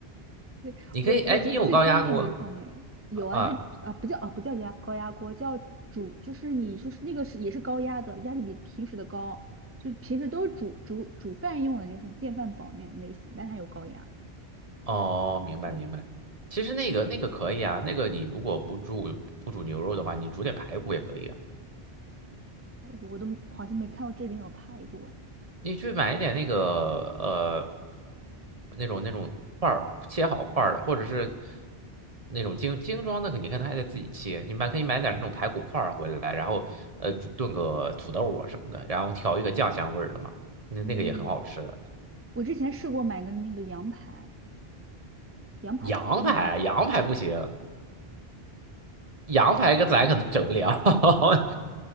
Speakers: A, on the right (about 20°); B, on the right (about 35°).
A: 对，
B: 你可以，
A: 我我觉得最方便就是泡面。
B: 哎，你有高压锅
A: 有啊，
B: 啊？
A: 就啊不叫啊不叫压高压锅，叫煮，就是你说是那个是也是高压的，压力比平时的高，就平时都是煮煮煮饭用的，就是电饭煲那种类型，但它有高压。
B: 哦，明白明白。
A: 对，
B: 其实那个那个可以啊，那个你如果不煮不煮牛肉的话，你煮点排骨也可以啊。
A: 排骨我都好像没看到这边有排骨哎。
B: 你去买一点那个呃那种那种块儿切好块儿的，或者是那种精精装的，你可能还得自己切。你买可以买点那种排骨块儿回来，然后呃炖个土豆啊什么的，然后调一个酱香味儿的嘛，那那个也很好吃的。
A: 嗯，我之前试过买个那个羊排，羊排是吧？
B: 羊排啊羊排不行，
A: 应该羊排。对。
B: 羊排跟咱可能整不了。<laughs>